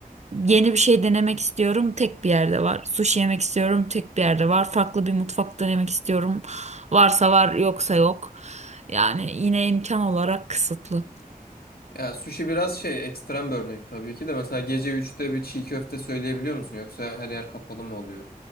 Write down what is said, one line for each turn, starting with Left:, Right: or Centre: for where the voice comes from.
Right: Yeni bir şey denemek istiyorum, tek bir yerde var. Sushi yemek istiyorum, tek bir yerde var. Farklı bir mutfak denemek istiyorum. Varsa var, yoksa yok. Yani yine imkan olarak kısıtlı.
Left: ya sushi biraz şey ekstrem bir örnek tabii ki de. Mesela gece üçte bir çiğ köfte söyleyebiliyor musun? Yoksa her yer kapalı mı oluyor?